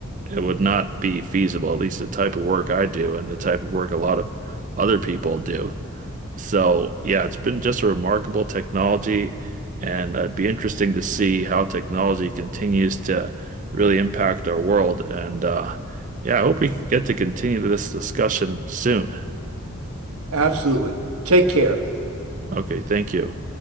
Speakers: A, on the right; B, on the right.
A: it would not be feasible, at least the type of work I do and the type of work a lot of other people do. So, yeah, it's been just a remarkable technology, and it'd be interesting to see how technology continues to really impact our world. And uh, yeah, I hope we get to continue this discussion soon.
B: Absolutely. Take care.
A: Okay, thank you.